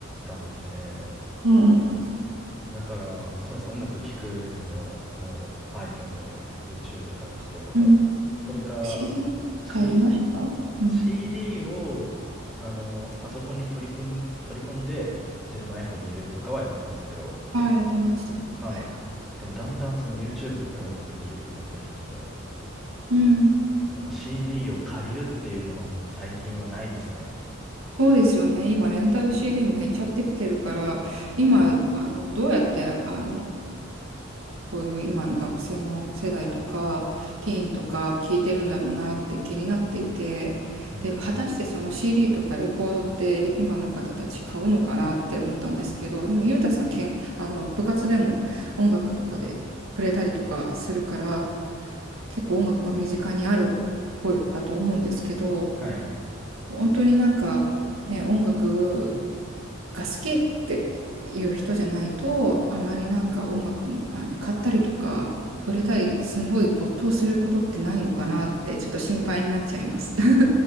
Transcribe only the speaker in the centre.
たんで、
だからそうですね、音楽聴くにももう iPhone で YouTube 探してとか、
それか
C、
CD をあのパソコンに取り組ん、取り込んで自分の iPhone に入れるとかはやってましたけど、
はい。でもだんだんその YouTube とかで音楽聴けるようになってきたんで、
その CD を借りるっていうのはもう最近はないですね。
うん
うん。
はい。